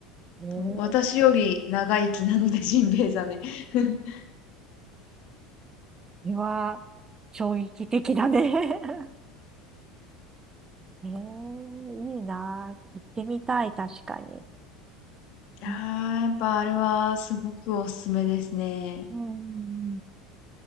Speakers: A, on the right; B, on the left.
A: えー、そ
B: そう私より長生きなので、ジンベエザメ。<laughs>
A: れは衝撃的だね <laughs> えー、いいな。行ってみたい、確かに。
B: ああ、
A: うん。
B: やっぱあれはすごくおすすめですね。
A: えん